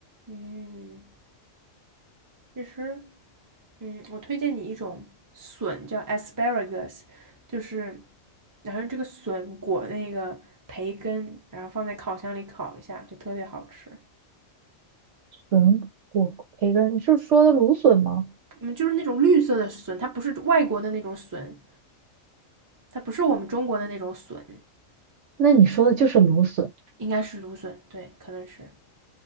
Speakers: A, on the right (about 20°); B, on the right (about 65°).
A: 嗯，其实，嗯，我推荐你一种笋，叫 asparagus，就是然后这个笋裹那个培根，然后放在烤箱里烤一下，就特别好吃。
B: 笋果培根，你是说的芦笋吗？
A: 嗯，就是那种绿色的笋，它不是外国的那种笋，它不是我们中国的那种笋，
B: 那你说的就是芦笋，
A: 应该是芦笋，对，可能是。